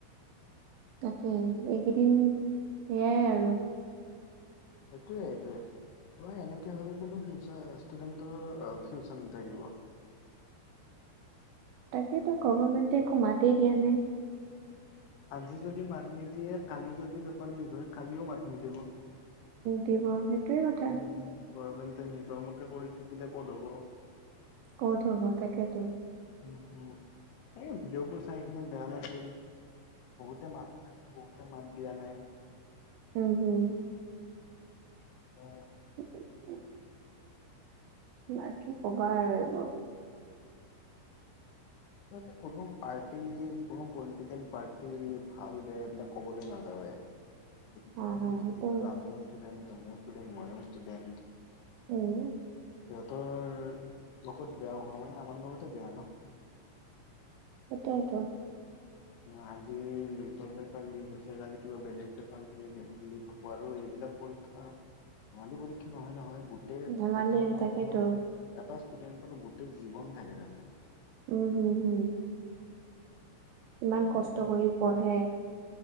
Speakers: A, on the right; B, on the left.
A: তাকেই এইকেইদিন এয়াই আৰু
B: সেইটোৱে হেইটোৱে হয় এনেকে হলে ফিউচাৰ ষ্টুডেন্টৰ ফিউচাৰ নাথাকিব
A: তাকেতো গভমেণ্টে একো মাতেই দিয়া নাই
B: আজি যদি মাত নিদিয়ে কালি যদি পেপাৰ লিক হয় কালিও মাত নিদিব
A: দিব
B: গভমেন্টে
A: সেইটোয়ে কথা
B: নিজৰ মতে কৰি থাকিলে ক'ত হ'ব
A: ক'ত হ'ব তাকেতো
B: উম হুম তাক ভিডিঅ'বোৰ চাই কিনে বেয়া লাগিল বহুতে মাত উঠাইে বহুতে মাত দিয়া নাই
A: উম হুম
B: অ
A: <unintelligible> বাকী‌ ক'বা আৰু এইবোৰ
B: তহতে কোনো পাৰ্টি কোনো পলিটিকেল পাৰ্টি ভাল বেয়া এইবিলাক কবলৈ নাযাও
A: <unintelligible>
B: যিহেতু
A: হা সেইটো
B: যিহেতু আমিও ষ্টুডেট তুমিও ষ্টুডেট মইও ষ্টুডেট
A: উম
B: সিহতৰ লগত বেয়া হোৱা মানে আমাৰ লগতে বেয়া ন
A: সেইতোয়েতো
B: আজি নিটৰ পেপাৰ লিক হৈছে কালি কিবা বেলেগ পেপাৰ লিক হব আৰু এইবিলাক পৰীক্ষা ধেঙালী পৰীক্ষা নহয় নহয় গোটেই
A: ধেমালি
B: এজন
A: আৰু
B: মানুহৰ
A: তাকেতো
B: এটা ষ্টুডেন্টৰ গোটেই জীৱন থাকে তাতে
A: উম হুম হুম ইমান
B: সেইটোৱে
A: কষ্ট কৰি পঢ়ে